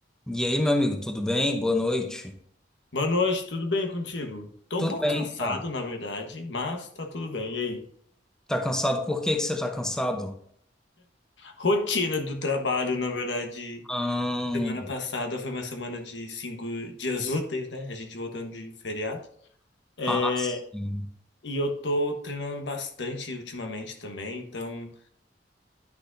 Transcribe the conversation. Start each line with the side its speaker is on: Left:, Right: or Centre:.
Centre: E aí, meu amigo, tudo bem? Boa noite.
Left: Boa noite, tudo bem contigo? Tô
Centre: Tudo
Left: um pouco
Centre: bem,
Left: cansado,
Centre: cara.
Left: na verdade, mas tá tudo bem. E aí?
Centre: Tá cansado? Por que que você tá cansado?
Left: Rotina do trabalho, na verdade,
Centre: ah
Left: semana passada foi uma semana de cinco dias <laughs> úteis, né? A gente voltando de feriado. É,
Centre: ah, sim.
Left: e eu tô treinando bastante ultimamente também, então